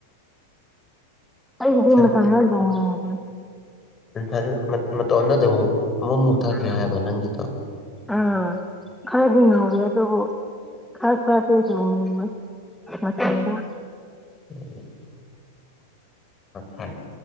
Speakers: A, in the centre; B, on the left (about 20°).
A: ꯑꯩꯒꯤꯗꯤ
B: ꯁꯟꯇꯤ
A: ꯃꯊꯟꯗ ꯑꯗꯨꯝ ꯃꯨꯒ꯭ꯔꯦ
B: <unintelligible> ꯃꯇꯣꯝꯗ ꯑꯗꯨꯝ ꯑꯃꯨꯛ ꯃꯨꯊꯈ꯭ꯔꯦ
A: <unintelligible>
B: ꯍꯥꯏꯕ ꯅꯪꯒꯤꯗꯣ
A: ꯑꯥ ꯈꯔꯗꯤ ꯉꯧꯋꯦ ꯑꯗꯨꯕꯨ ꯈꯔ ꯈꯔꯗꯤ ꯑꯗꯨꯝ ꯃꯨꯋꯦ ꯃꯆꯨꯗꯣ
B: ꯎꯝ ꯑ